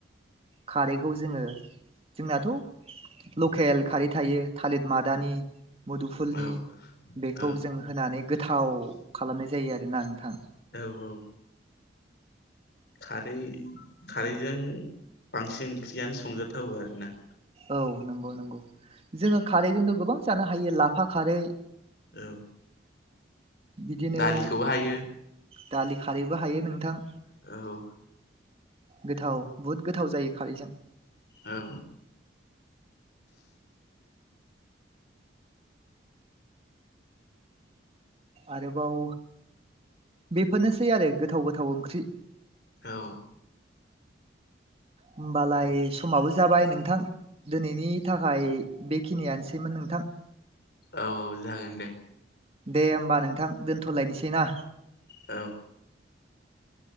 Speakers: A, on the right; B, on the left.
A: खारैखौ जोङो जोंनाथ' लकेल खारै थायो थालिर मादानि मुदुफुलनि
B: औ
A: बेखौ
B: औ
A: जों होनानै गोथाव खालामनाय जायो आरोना नोंथां
B: औ औ खारै खारैजों बांसिन ओंख्रियानो संजाथावो आरोना
A: औ नंगौ नंगौ जोङो खारैजोंनो गोबां जानो हायो लाफा खारै
B: औ
A: बिदिनो
B: दालिखौबो हायो
A: दालि खारैबो हायो नोंथां
B: औ
A: गोथाव बहुद गोथाव जायो खारैजों
B: औ
A: आरोबाव बेफोरनोसै आरो गोथाव गोथाव ओंख्रि
B: औ
A: होमबालाय समाबो जाबाय नों थां दिनैनि थाखाय बेखिनियानोसैमोन नोंथां
B: औ औ जागोन दे
A: दे होमबा नोंथां दोनथ'लायनोसै ना
B: औ